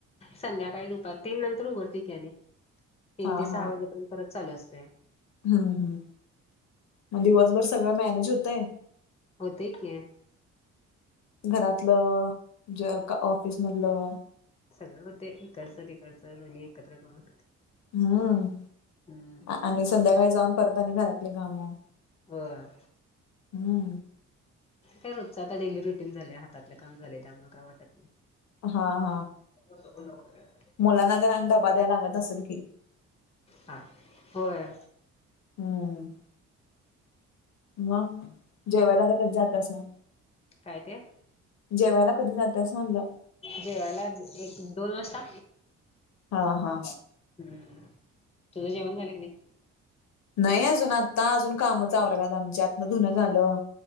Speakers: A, on the left (about 20°); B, on the left (about 65°).
A: संध्याकाळी दुपार तीन नंतर उघडते की आणि, तीन
B: हा
A: ते सहा
B: हा
A: वाजेपर्यंत. परत चालू असतंय.
B: हम्म हम्, मग दिवसभर सगळं मॅनेज होतय?
A: होतंय की.
B: घरातलं ज ऑफिस मधलं?
A: सगळं होतंय, इकडचं तिकडचं दोन्ही एकत्र करून,
B: हम्म
A: हम्.
B: आणि संध्याकाळी जाऊन आणि परत घरातले कामं
A: होय.
B: हम्म
A: काय रोजचं आता डेली रुटीन झालंय, हातातलं काम झालंय. त्यामुळे काय वाटत नाही.
B: हा हा.
A: <unintelligible>
B: मुलांना ज अन तेन डबा द्याय लागत असल की?
A: हा, होय.
B: हम्म. मंग? जेवायला आलं, तर जात असन.
A: काय तेे?
B: जेवायला कधी जातं? असं म्हणलं.
A: जेवायला, एक- दोन वाजता.
B: हा, हा.
A: हम. तुझं जेवण झालं का नाही?
B: नाही अजून आता, अजून कामच आवरलात आमच्या. आतन धुनं झालं.